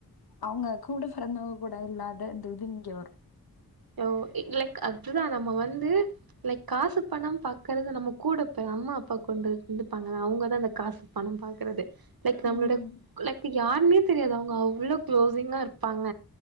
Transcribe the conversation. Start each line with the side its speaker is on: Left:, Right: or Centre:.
Left: அவுங்க கூட பொறந்தவங்க கூட இல்லாத இ இது இங்க வரு
Right: யா ஓ லைக் அதுதா நம்ம வந்து லைக் காசு பணம் பாக்குறது நம்ம கூட போ அம்மா அப்பா கொண்டு இருந்துப்பாங்க அவுங்கதா இந்த காசு பணோ பாக்குறது லைக் நம்பளோட
Left: ம்.
Right: லைக் யாருமே தெரியாது அவுங்க அவ்ளோ க்ளோஸிங்கா இருப்பாங்க